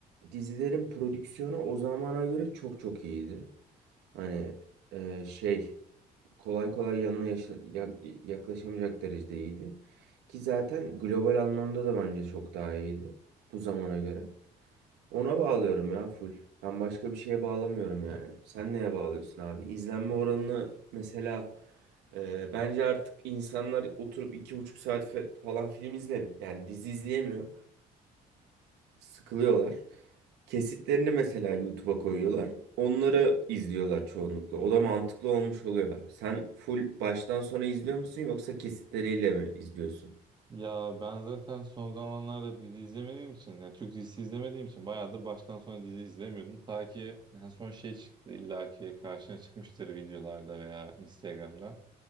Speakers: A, on the right (about 90°); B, on the right (about 25°).
A: dizilerin prodüksiyonu o zamana göre çok çok iyiydi. Hani e, şey kolay kolay yanına yaşa- ya- yaklaşamayacak derecede iyiydi. Ki zaten global anlamda da bence çok daha iyiydi bu zamana göre. Ona bağlıyorum ya full. Ben başka bir şeye bağlamıyorum yani. Sen neye bağlıyorsun abi? İzlenme oranını mesela e, bence artık insanlar oturup iki buçuk saat fe- falan film izle yani dizi izleyemiyor. Sıkılıyorlar. Kesitlerini mesela YouTube'a koyuyorlar. Onları izliyorlar çoğunlukla. O da mantıklı olmuş oluyor. Sen full baştan sona izliyor musun yoksa kesitleriyle mi izliyorsun?
B: Ya ben zaten son zamanlarda dizi izlemediğim için, yani Türk dizisi izlemediğim için bayağıdır baştan sona dizi izlemiyordum. Ta ki en son şey çıktı illaki karşına çıkmıştır videolarda veya Instagram'da.